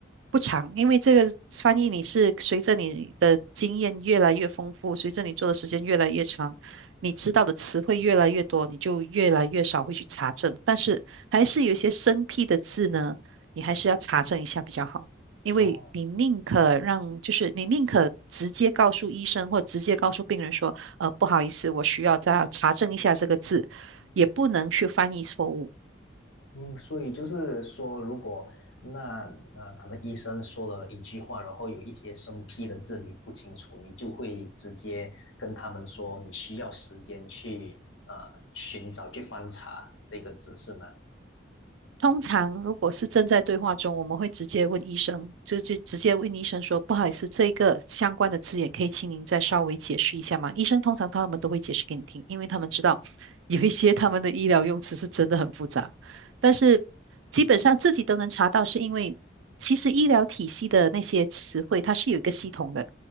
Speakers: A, on the right; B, on the left.
A: 不长，因为这个翻译你是随着你的经验越来越丰富，随着你做的时间越来越长，你知道的词汇越来越多，你就越来越少会去查证。但是还是有一些生僻的字呢，你还是要查证一下比较好，因为你宁可让，
B: 哦，
A: 就是你宁可直接告诉医生或直接告诉病人说，呃，不好意思，我需要再查证一下这个字，也不能去翻译错误。
B: 嗯，所以就是说，如果那那可能医生说了一句话，然后有一些生僻的字你不清楚，你就会直接跟他们说你需要时间去呃寻找去翻查这个字是吗？
A: 通常如果是正在对话中，我们会直接问医生，就就直接问医生说：“不好意思，这个相关的字眼可以请您再稍微解释一下吗？”医生通常他们都会解释给你听，因为他们知道有一些他们的医疗用词是真的很复杂，但是基本上自己都能查到，是因为其实医疗体系的那些词汇它是有一个系统的，